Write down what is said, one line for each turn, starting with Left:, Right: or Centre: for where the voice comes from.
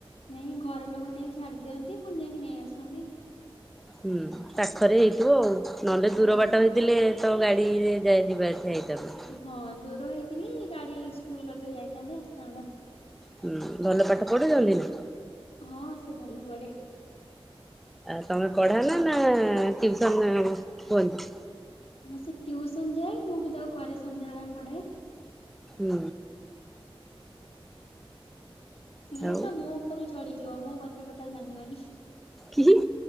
Left: ନାଇଁ ଘର ଲୋକ ନେଇକି ଛାଡି ଦିଅନ୍ତି ପୁଣି ଯାଇକି ନେଇ ଆସନ୍ତି।
Centre: ହୁଁ ପାଖରେ ହେଇଥିବ ନହେଲେ ଦୂର
Left: ହଁ
Centre: ବାଟ ହେଇଥିବ ହେଲେ ତ ଗାଡ଼ିରେ ଯାଇ ଯିବା ଆସିବା ହେଇଥାନ୍ତା।
Left: ହଁ ଦୂର ହେଇଥିଲି ଗାଡ଼ି ସ୍କୁଲ ଗାଡ଼ିରେ ଯାଇଥାନ୍ତା ଆସିଥାନ୍ତା।
Centre: ହୁଁ ଭଲ ପାଠ ପଢୁଛନ୍ତି ନା?
Left: ହଁ ସେ ଭଲ ପଢ଼େ।
Centre: ଆ ତମେ ପଢ଼ ନା ନା ଟୁସନ କୁହନ୍ତୁ?
Left: ଆମର ସେ ଟ୍ୟୁସନ ଯାଏ ମୁଁ ବି ତାକୁ ଘରେ ସନ୍ଧ୍ୟାବେଳେ ପଢ଼େ।
Centre: ହୁଁ।
Left: ସିଏ
Centre: ଆଉ
Left: ତ ମୋ ଉପରେ ଚଢିଯିବ ମୋ କଥା ଟୋଟାଲ ମାନିବନି।
Centre: କି